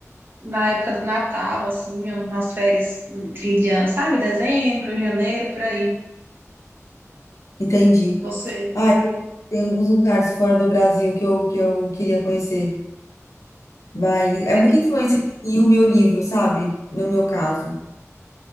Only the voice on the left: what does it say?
entendi.
Ah, tem, tem alguns lugares fora do Brasil que eu, que eu queria conhecer. Mas
é muita
influência e o meu livro, sabe? No meu caso.